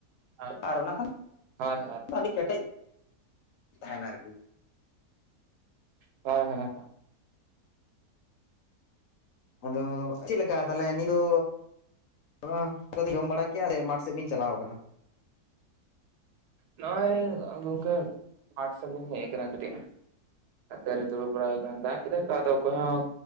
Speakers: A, on the right; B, on the left.
A: ᱦᱳᱭ
B: ᱟᱨ ᱚᱱᱟ ᱠᱷᱟᱱ
A: ᱦᱳᱭ
B: ᱟᱹᱰᱤ ᱠᱮᱴᱮᱜ ᱛᱟᱦᱮᱸᱱᱟ ᱟᱨᱠᱤ᱾
A: ᱦᱚᱭ ᱦᱚᱭ ᱦᱚᱭ᱾
B: ᱟᱫᱚ ᱪᱮᱜᱮᱠᱟ ᱛᱟᱦᱚᱞᱮ ᱱᱤ ᱫᱚ ᱦᱚᱸ <inaudible> ᱫᱚ ᱡᱚᱢ ᱵᱟᱲᱟ ᱠᱮᱜ-ᱟ <unintelligible> ᱢᱟᱴᱷ ᱥᱮᱜ ᱞᱤᱧ ᱪᱟᱞᱟᱣ ᱠᱟᱱᱟ᱾
A: ᱱᱚᱜᱼᱚᱭ ᱜᱚᱝᱠᱮ ᱢᱟᱴᱷ ᱥᱮᱜ ᱞᱤᱧ ᱦᱮᱜ ᱠᱟᱱᱟ ᱠᱟᱹᱴᱤᱜ᱾ ᱟᱫᱚ ᱱᱤᱛᱚᱜ ᱫᱩᱲᱩᱵ ᱵᱟᱲᱟ ᱦᱩᱭ ᱠᱟᱱᱟ ᱫᱟᱜᱽ ᱠᱮᱫᱟᱭ ᱛᱚ ᱟᱫᱚ ᱚᱠᱚᱭ ᱦᱚᱸ